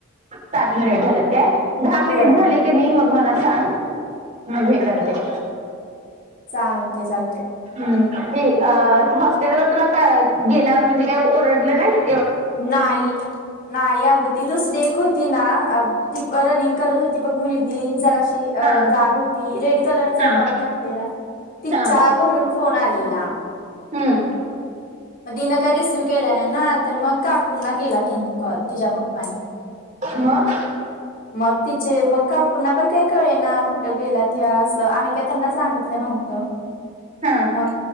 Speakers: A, on the right; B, on the left.
A: सात मिनिटं झाल्यात काय! दहा मिनिटं
B: होय
A: झालेयं कनी मग मला सांग मग हे करत <inaudible>
B: चालतंय चालतंय.
A: हुं हें अं हॉस्टेलवर तुला का गेल्यावर म्हणजे काय ओरडले नायीत?
B: नायी नायी अगं ती दुसरी एक हो ती नां ती रनिंग करत होती बघ मुलगी जराशी
A: हा
B: अं जाड होती रेड कलरचा
A: हा
B: टॉप घातलेला तिच्या
A: हा
B: घरून फोन आलेला.
A: हुं.
B: म तिनं काय रिसीव केला नायी नां तर मग काकूंना केला त्यांनी कॉल तिच्या पप्पांनी.
A: म?
B: मग तिचे मग काकूंना पण काय कळे नां कुठं गेलात ह्या असं आम्ही काय त्यांना सांगि तल नव्हतं
A: हा
B: मग